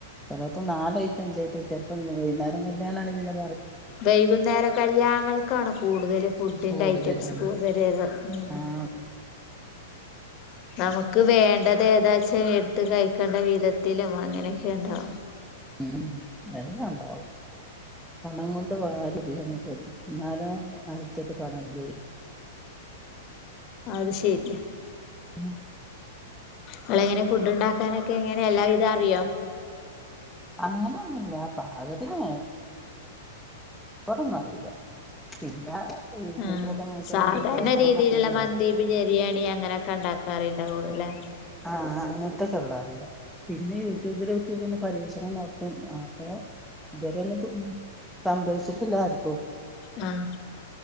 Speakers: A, in the centre; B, on the left.
A: ചിലപ്പോ നാലായിട്ട് അഞ്ചായിട്ടും ചിലപ്പോ വൈകുന്നേരം കല്യാണ ആണെ പിന്നാ
B: വൈകുന്നേര കല്യാണങ്ങൾക്കാണ് കൂടുതലും ഫുഡിന്റെ
A: കൂടുതൽ
B: ഐറ്റംസ്
A: ആ
B: വര ഉം
A: ആഹ്
B: നമുക്ക് വേണ്ടത് ഏതാ ച്ചേ എടുത്ത് കഴിക്കണ്ട വിധത്തിലും അങ്ങനെയൊക്കെ ഉണ്ടാവും
A: ഉം എല്ലാം ഉണ്ടാവും പണം കൊണ്ട് വാരി <unintelligible> എന്നാലും അടുത്തട്ട് പണല്ലേ
B: അത് ശരിയാ
A: ആ
B: നിള എങ്ങനെ ഫുഡ് ഉണ്ടാക്കാനൊക്കെ എങ്ങനെ എല്ലാവിധം അറിയോ
A: അങ്ങനെയൊന്നുമല്ല പാകതിനേ പിന്നെ ഒന്നും അറിയില്ല പിന്നെ യൂട്യൂബിലൊക്കെ
B: ആ
A: നോക്കി
B: സാധാരണ
A: ചോദിക്കണം
B: രീതിയിലുള്ള മന്തി ബിരിയാണി അങ്ങനെയൊക്കെ ഉണ്ടാക്ക കറി ഉണ്ടാവൂലേ അല്ലേ
A: ആ അങ്ങനത്തെക്കെ ഉള്ള അറിയാം പിന്നെ യൂട്യൂബിലോക്കിക്ക പരീക്ഷണം നടത്തും ആ അപ്പോ ഇതുവരെ ഒന്നും തിന്ന് സംഭവിച്ചിട്ടില്ലാ ആർക്കും
B: ആഹ്